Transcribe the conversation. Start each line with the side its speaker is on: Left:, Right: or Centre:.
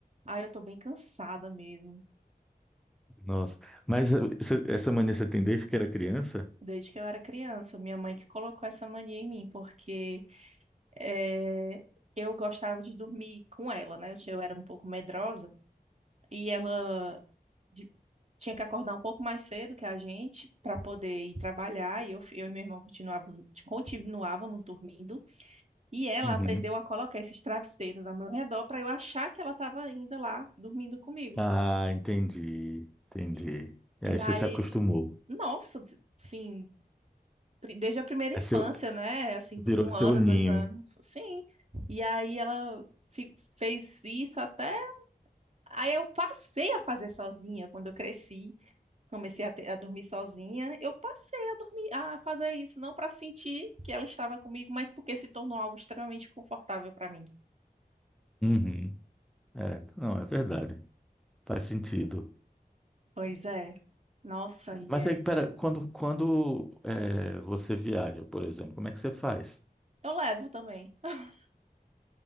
Right: Aí eu tô bem cansada mesmo.
Centre: Nossa. Mas eh, você- essa mania você tem desde que era criança?
Right: Desde que eu era criança, minha mãe que colocou essa mania em mim, porque eh, eu gostava de dormir com ela, né? Eu, tinha- eu era um pouco medrosa e ela de- tinha que acordar um pouco mais cedo que a gente para poder ir trabalhar. E eu, fi- eu e meu irmão continuávamos, continuávamos dormindo. E ela
Centre: Uhum.
Right: aprendeu a colocar esses travesseiros ao meu redor para eu achar que ela estava ainda lá dormindo comigo.
Centre: Ah, entendi. Entendi.
Right: E,
Centre: E
Right: e
Centre: aí
Right: aí,
Centre: você se acostumou.
Right: nossa, assim, pri- desde a primeira infância,
Centre: É seu,
Right: né? Assim,
Centre: virou
Right: um
Centre: seu
Right: ano,
Centre: ninho.
Right: dois anos, sim. E aí ela fi- fez isso até. Aí eu passei a fazer sozinha quando eu cresci. Comecei a, ter- a dormir sozinha. Eu passei a dormir, a fazer isso, não para sentir que ela estava comigo, mas porque se tornou algo extremamente confortável para mim.
Centre: Uhum. É, não, é verdade. Faz sentido.
Right: Pois é. Nossa, e
Centre: Mas
Right: aí?
Centre: aí, pera, quando, quando eh, você viaja, por exemplo, como é que você faz?
Right: Eu levo também. <laughs>